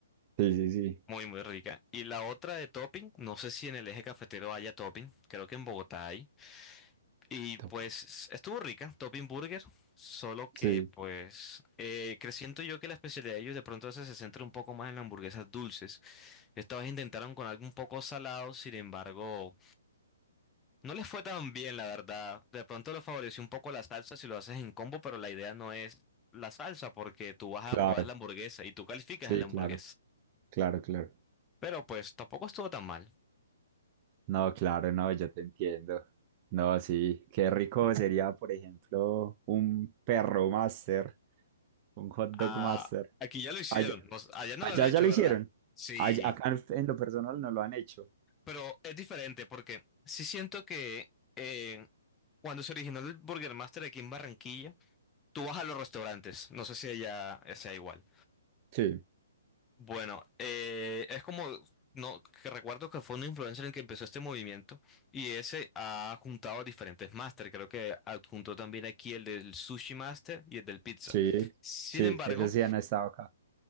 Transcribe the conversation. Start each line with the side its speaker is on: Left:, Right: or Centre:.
Right: Sí, sí, sí.
Left: Muy, muy rica. Y la otra de topping, no sé si en el eje cafetero haya topping. Creo que en Bogotá hay. Y
Right: Top.
Left: pues estuvo rica, Topping Burger, solo que
Right: Sí,
Left: pues eh, cre- siento yo que la especialidad de ellos de pronto se se centra un poco más en las hamburguesas dulces. Esta vez intentaron con algo un poco salado, sin embargo, no les fue tan bien, la verdad. De pronto les favoreció un poco la salsa si lo haces en combo, pero la idea no es la salsa porque tú vas a
Right: claro.
Left: probar la hamburguesa y tú calificas
Right: Sí,
Left: la hamburguesa.
Right: claro. Claro, claro.
Left: Pero pues tampoco estuvo tan mal.
Right: No, claro, no, yo te entiendo. No, sí, qué rico sería, por ejemplo, un perro master, un hot dog
Left: Ah,
Right: master.
Left: aquí ya lo hicieron,
Right: Allá,
Left: no s- allá no
Right: allá
Left: lo han hecho,
Right: ya lo
Left: ¿verdad?
Right: hicieron.
Left: Sí.
Right: Allá- acá en en lo personal no lo han hecho.
Left: Pero es diferente porque sí siento que eh, cuando se originó el Burger Master aquí en Barranquilla, tú vas a los restaurantes, no sé si allá sea igual.
Right: Sí,
Left: Bueno, eh, es como, no, que recuerdo que fue un influencer el que empezó este movimiento y ese ha juntado diferentes máster, creo que adjuntó también aquí el del Sushi Master y el del Pizza.
Right: sí,
Left: Sin
Right: sí,
Left: embargo,
Right: eso sí han estado acá.